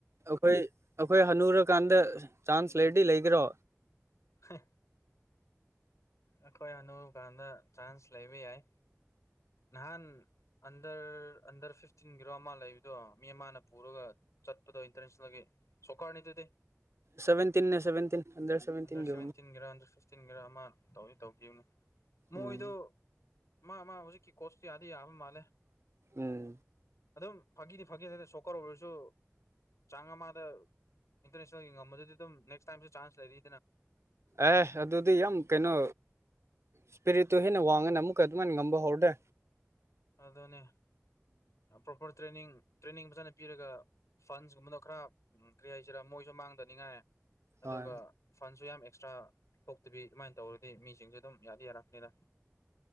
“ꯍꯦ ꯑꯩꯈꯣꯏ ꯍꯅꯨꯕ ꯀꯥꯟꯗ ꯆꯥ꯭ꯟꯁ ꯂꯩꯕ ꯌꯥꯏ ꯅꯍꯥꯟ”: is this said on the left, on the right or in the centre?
Left